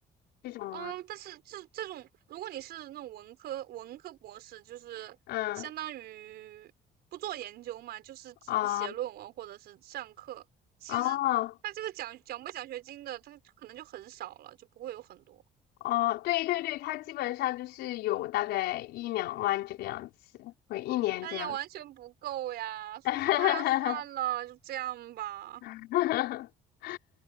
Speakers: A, on the left; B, on the right.
A: 这种吗？
B: 哦。但是这这种，如果你是那种文科文科博士，就是相当于不做研究嘛，
A: 嗯，
B: 就是只是写论文或者是上课。
A: 啊，
B: 其实他这个奖奖不奖学金的，
A: 哦
B: 他可能就很少了，就不会有很多。
A: 哦，对对对，他基本上就是有大概一两万这个样子，会一年这样。
B: 哎呀，完全不够呀！所以说，
A: <laughs>
B: 哎呀，算了，就这样吧。
A: <laughs>